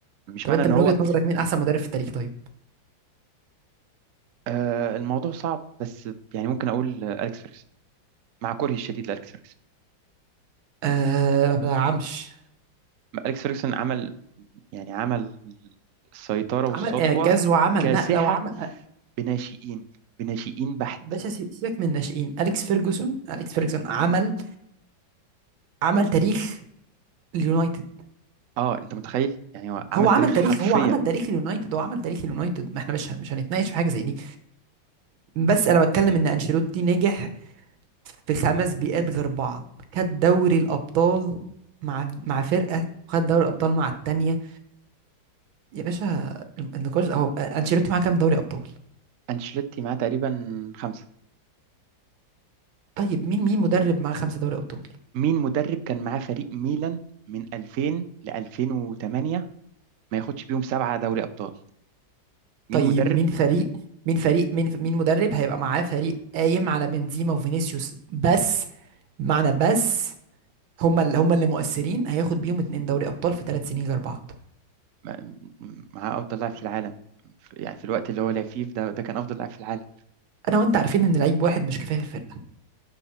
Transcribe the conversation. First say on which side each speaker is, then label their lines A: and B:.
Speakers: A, on the right; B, on the right.
A: مش
B: طب
A: معنى
B: انت
A: ان
B: من
A: هو
B: وجهه نظرك مين احسن مدرب في التاريخ طيب
A: آه الموضوع صعب بس يعني ممكن اقول آه، اليكس فيرجسون مع كرهي الشديد لاليكس فيرجسون
B: آه ما بلعبش
A: اليكس فيرجسون عمل يعني عمل السيطره والسطوه
B: عمل اعجاز وعمل
A: كاسحه
B: نقله وعمل
A: بناشئين بناشئين بحت
B: باشا سي- سيبك من الناشئين اليكس فيرجسون اليكس فيرجسون عمل عمل تاريخ اليونايتد
A: اه انت متخيل يعني هو عمل
B: هو
A: تاريخ
B: عمل تاريخ
A: حرفيا
B: هو عمل تاريخ اليونايتد هو عمل تاريخ اليونايتد ما احنا مش مش هنتناقش في حاجه زي دي بس انا بتكلم ان انشيلوتي نجح في خمس بيئات غير بعض خد دوري الابطال مع مع فرقه وخد دوري الابطال مع التانيه يا باشا النقاش ده هو انشيلوتي معاه كام دوري ابطال
A: انشيلوتي معاه تقريبا خمسة
B: طيب مين مين مدرب معاه خمسه دوري ابطال
A: مين مدرب كان معاه فريق ميلان من 2000 ل 2008 ما ياخدش بيهم سبعة دوري ابطال مين
B: طيب
A: مدرب
B: مين فريق مين فريق مين مين مدرب هيبقى معاه فريق قايم على بنزيما وفينيسيوس بس معنى بس هما اللي هما اللي مؤثرين هياخد بيهم اتنين دوري ابطال في ثلاث سنين غير بعض
A: م- م- معاه افضل لاعب في العالم ف- يعني في الوقت اللي هو لعب فيه ده ده كان افضل لاعب في العالم
B: انا وانت عارفين ان لعيب واحد مش كفايه في الفرقه